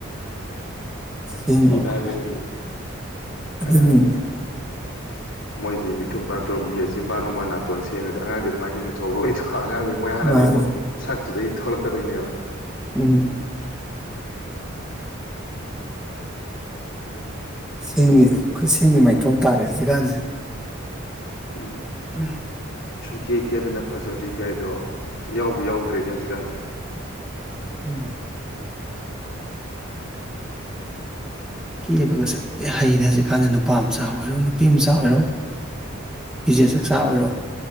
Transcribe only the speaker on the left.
ꯊꯤꯕ ꯍꯥꯏꯕꯗꯤ ꯈꯔ
ꯃꯣꯏꯗꯤ ꯃꯤꯊꯨꯞ ꯅꯥꯊ ꯃꯆꯤꯟꯕꯥ ꯅꯨꯡꯃ ꯅꯥꯇꯣꯟ ꯁꯦꯝꯃꯦ ꯑꯉꯥꯡꯗꯤ ꯑꯗꯨꯃꯥꯏꯅ ꯀꯩꯁꯨ ꯊꯣꯛꯂꯛꯑꯣꯏꯗ ꯑꯉꯥꯡꯗꯩ ꯃꯣꯏ ꯍꯥꯟꯅ
ꯂꯩꯕꯣ ꯁꯛ ꯑꯗꯨꯗꯩ ꯊꯣꯛꯂꯛꯀꯗꯣꯏꯅꯦꯕ
ꯑꯣ
ꯁꯨꯡꯀꯦ ꯀꯦꯗꯅ ꯐꯖꯕꯤ ꯀ ꯍꯥꯏꯗꯣ ꯌꯥꯎꯕ ꯌꯥꯎꯗ꯭ꯔꯦꯅꯦ ꯍꯧꯖꯤꯛꯀꯥꯟꯗꯤ